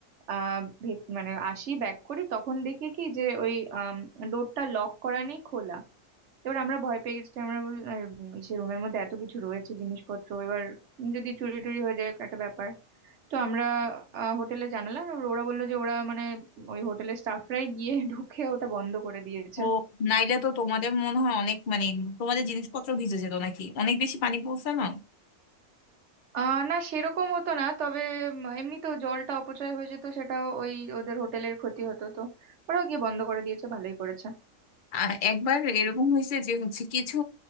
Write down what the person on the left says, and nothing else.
ও নাইলে তো তোমাদের মনে হয় অনেক মানে তোমাদের জিনিসপত্র ভিজে যেত নাকি অনেক বেশি পানি পড়ছে না
আ- একবার এরকম হয়েছে যে হচ্ছে কিছু